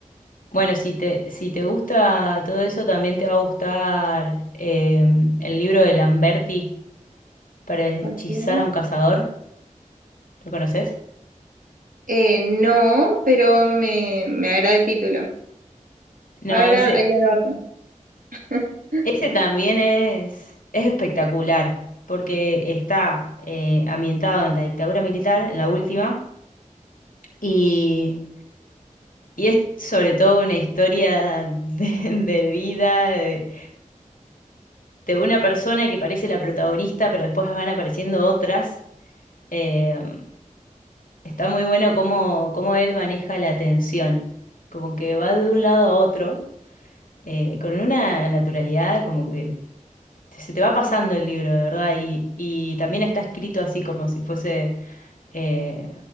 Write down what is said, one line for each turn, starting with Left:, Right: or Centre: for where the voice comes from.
Left: Bueno, si te, si te gusta todo eso, también te va a gustar eh, el libro de Lamberti para hechizar
Right: ok.
Left: a un cazador. ¿Lo conoces?
Right: Eh, no, pero me, me agrada el título.
Left: No,
Right: Para,
Left: ese,
Right: ahí lo anoto. <laughs>
Left: ese también es, es espectacular, porque está eh, ambientado en la dictadura militar, en la última, y Y es sobre todo una historia de, <laughs> de vida de, de una persona que parece la protagonista, pero después van apareciendo otras. Eh, está muy bueno cómo, cómo él maneja la atención, como que va de un lado a otro, eh, con una naturalidad, como que se te va pasando el libro, de verdad, y, y también está escrito así como si fuese eh,